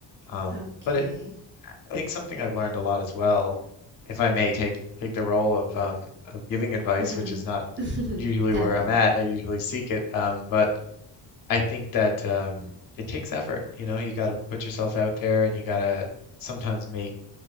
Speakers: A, on the left; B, on the right.
A: Um,
B: Okay.
A: but it, I think something I've learned a lot as well, if I may take take the role of um, of giving advice,
B: hmm
A: which is not
B: <laughs>
A: usually
B: Definitely.
A: where I'm at. I usually seek it, um, but I think that um, it takes effort. You know, you got to put yourself out there and you got to sometimes make